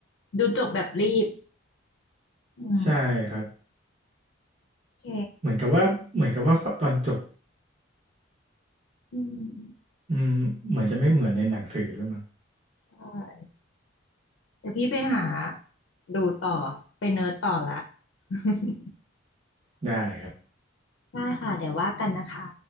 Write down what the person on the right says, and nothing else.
ใช่ครับ
เหมือนกับว่าเหมือนกับว่าตอนจบ
อืมเหมือนจะไม่เหมือนในหนังสือด้วยมั้ง
ได้ครับ